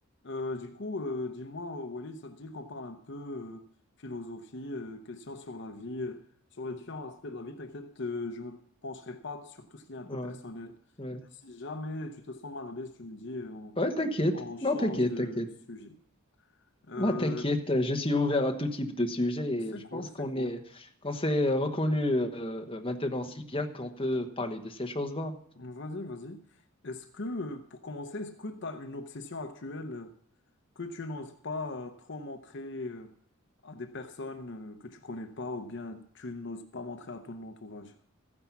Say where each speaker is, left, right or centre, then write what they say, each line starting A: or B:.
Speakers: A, on the left (about 55°); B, on the left (about 25°).
A: Euh, du coup, euh, dis-moi, Walid, ça te dit qu'on parle un peu euh, philosophie, euh, questions sur la vie, euh, sur les différents aspects de la vie. T'inquiète, euh, je me pencherai pas sur tout ce qui est un peu
B: Ouais,
A: personnel.
B: ouais.
A: Si jamais tu te sens mal à l'aise, tu me dis, euh, on,
B: Ouais, t'inquiète.
A: on change
B: Non, t'inquiète,
A: de
B: t'inquiète.
A: sujet. Euh,
B: Bah, t'inquiète, euh, je suis ouvert à tout type de sujet et
A: c'est
B: je
A: cool,
B: pense
A: c'est
B: qu'on
A: cool.
B: est, qu'on s'est reconnu euh, maintenant si bien qu'on peut parler de ces choses-là.
A: Vas-y, vas-y. Est-ce que, euh, pour commencer, est-ce que tu as une obsession actuelle? euh, que tu n'oses pas euh, trop montrer euh, à des personnes euh, que tu connais pas ou bien tu n'oses pas montrer à ton entourage.